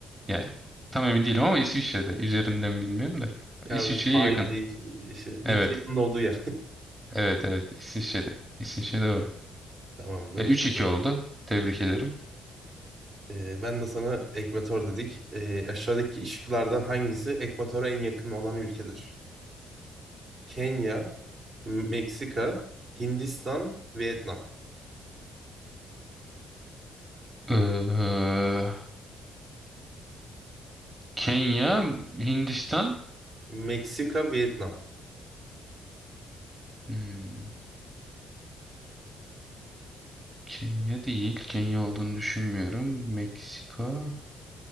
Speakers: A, on the right; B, on the right.
A: Yani tam emin değilim ama İsviçre'de. Üzerinde mi bilmiyorum da.
B: Ya
A: İsviçre'ye
B: bu Haydi
A: yakın.
B: işte iki
A: Evet.
B: ikizinin olduğu yer.
A: Evet evet İsviçre'de. İsviçre doğru.
B: <laughs> Tamamdır.
A: E, 3-2 oldu. Tebrik ederim.
B: Ee, ben de sana ekvator dedik. Ee, aşağıdaki ışıklardan hangisi ekvatora en yakın olan ülkedir? Kenya, M- Meksika, Hindistan, Vietnam.
A: Ee, Kenya, Hindistan.
B: Meksika, Vietnam.
A: Hmm, Kenya değil. Kenya olduğunu düşünmüyorum. Meksika,